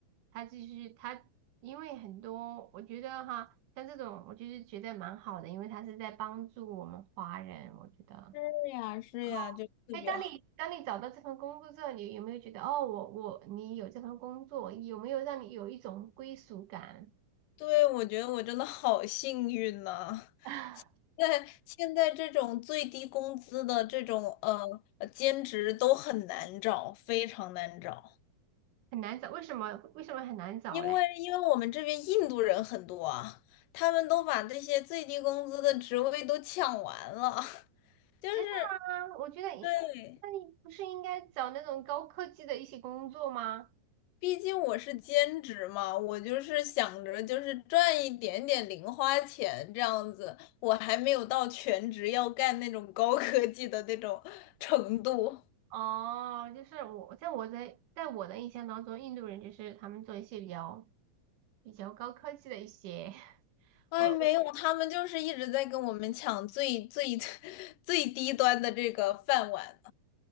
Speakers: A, on the right; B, on the left.
A: 他就是他，因为很多，我觉得哈，像这种，我就是觉得蛮好的，因为他是在帮助我们华人，我觉得。
B: 是呀，是呀，
A: 然后，
B: 就特别好。
A: 哎，当你当你找到这份工作之后，你有没有觉得，哦，我我你有这份工作，有没有让你有一种归属感？
B: 对，我觉得我真的好幸运呐、
A: <laughs>
B: <laughs> 在现在这种最低工资的这种呃呃兼职都很难找，非常难找。
A: 很难找，为什么为什么很难找嘞？
B: 因为因为我们这边印度人很多啊，他们都把这些最低工资的职位都抢完了，<laughs> 就是
A: 真的吗？我觉得，
B: 对，
A: 那你不是应该找那种高科技的一些工作吗？
B: 毕竟我是兼职嘛，我就是想着就是赚一点点零花钱这样子，我还没有到全职要干那种高科技的那种程度。
A: 哦，就是我在我在在我的印象当中，印度人就是他们做一些比较比较高科技的一些，<laughs>
B: 哎，
A: 我我是
B: 没有，他们就是一直在跟我们抢最最 <laughs> 最低端的这个饭碗。